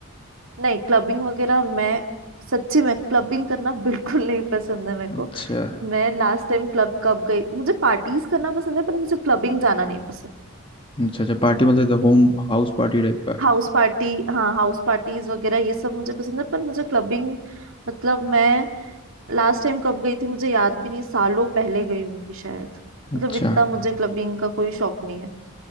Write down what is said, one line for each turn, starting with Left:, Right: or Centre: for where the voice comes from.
Right: नहीं क्लबिंग वगैरह मैं सच्ची में क्लबिंग करना बिल्कुल नहीं पसंद है मेरे
Left: अच्छा
Right: को मैं लास्ट टाइम क्लब कब गई मुझे पार्टीज करना पसंद है पर मुझे क्लबिंग जाना नहीं पसंद
Left: अच्छा अच्छा पार्टी मतलब होम हाउस पार्टी टाइप का
Right: हाउस पार्टी हाँ हाउस पार्टीज वगैरह ये सब मुझे पसंद है पर मुझे क्लबिंग मतलब मैं लास्ट टाइम कब गई थी मुझे याद भी नहीं सालों पहले गई होंगी शायद
Left: अच्छा
Right: मतलब इतना मुझे क्लबिंग का कोई शौक नहीं है